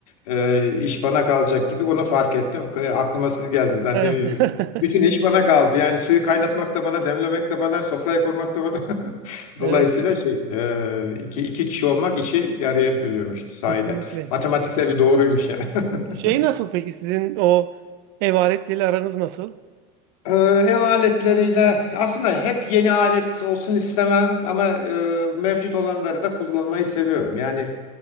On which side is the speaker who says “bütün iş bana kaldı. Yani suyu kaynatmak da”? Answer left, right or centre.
Left